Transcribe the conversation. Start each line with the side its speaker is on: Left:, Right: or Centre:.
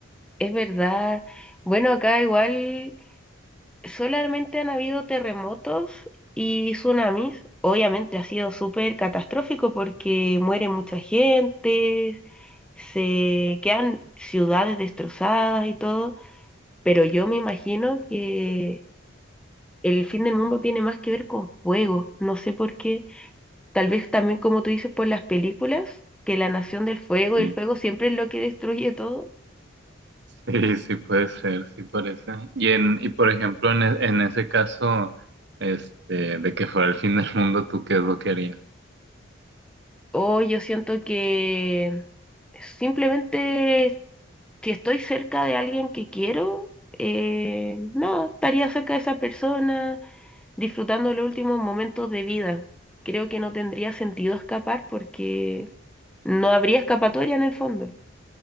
Centre: es verdad. Bueno, acá igual solamente han habido terremotos y tsunamis. Obviamente ha sido súper catastrófico porque muere mucha gente, se quedan ciudades destrozadas y todo, pero yo me imagino que el fin del mundo tiene más que ver con fuego. No sé por qué. Tal vez también, como tú dices, por las películas, que la nación del fuego
Right: Sí.
Centre: y el fuego siempre es lo que destruye todo.
Right: Sí, sí puede ser, sí parece. Y en, y por ejemplo, en, e- en ese caso, este, de que fuera el fin del mundo, ¿tú qué es lo que harías?
Centre: O yo siento que simplemente si estoy cerca de alguien que quiero, eh, no, estaría cerca de esa persona disfrutando los últimos momentos de vida. Creo que no tendría sentido escapar porque no habría escapatoria en el fondo,